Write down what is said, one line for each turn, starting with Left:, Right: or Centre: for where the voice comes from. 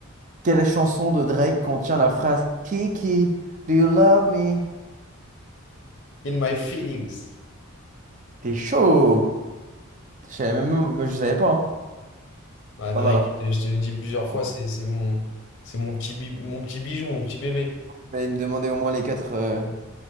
Right: Quelle chanson de Drake contient la phrase Kiki, do you love me?
Left: In My Feelings.
Right: T'es chaud! Je savais même, moi, je savais pas. hein.
Left: Bah, Drake,
Right: Pas mal, hein.
Left: je te je te l'ai dit plusieurs
Right: Pas
Left: fois,
Right: mal.
Left: c'est c'est mon, c'est mon petit, bi- mon petit bijou, mon petit bébé.
Right: Vous allez me demander au moins les quatre, euh,